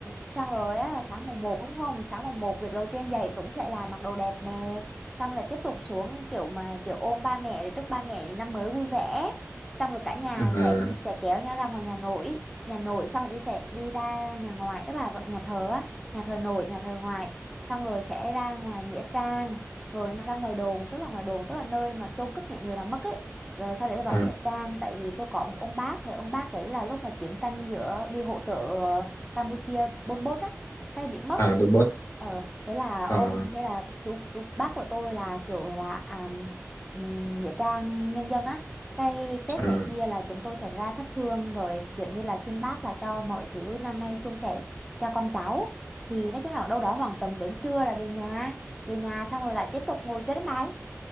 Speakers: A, in the centre; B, on the left.
A: xong rồi á là sáng mùng một đúng không sáng mùng một việc đầu tiên dậy cũng sẽ là mặc đồ đẹp nè xong lại tiếp tục xuống kiểu mà kiểu ôm ba mẹ để chúc ba mẹ năm mới vui vẻ xong rồi cả nhà
B: à,
A: sẽ sẽ kéo nhau ra ngoài nhà nội nhà nội xong rồi đi sẽ đi ra nhà ngoài tức là nhà thờ á nhà thờ nội nhà thờ ngoại xong rồi sẽ ra ngoài nghĩa trang rồi ra ngoài đồn tức là ngoài đồn tức là nơi mà chôn cất những người đã mất ấy rồi sau đấy là vào
B: à,
A: nghĩa trang tại vì tôi có một ông bác thì ông bác đấy là lúc mà chiến tranh giữa đi hỗ trợ ờ, Campuchia Pol Pot á cái bị mất
B: à, Bình Bốt
A: ờ thế là ông
B: à,
A: thế là chú chú bác của tôi là kiểu là à, ừm, nghĩa trang nhân dân á cái Tết
B: à.
A: này kia là chúng tôi sẽ ra thắp hương rồi kiểu như là xin bác là cho mọi thứ năm nay suôn sẻ cho con cháu thì nói chung là đâu đó khoảng tầm đến trưa là về nhà về nhà xong rồi lại tiếp tục ngồi chơi đánh bài